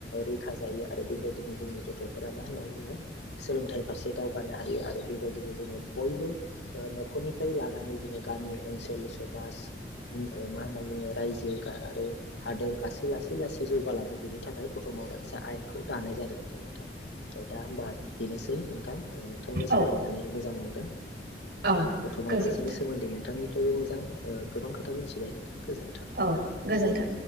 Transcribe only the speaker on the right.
औ
औ
गोजोनथों
औ गोजोन्थों।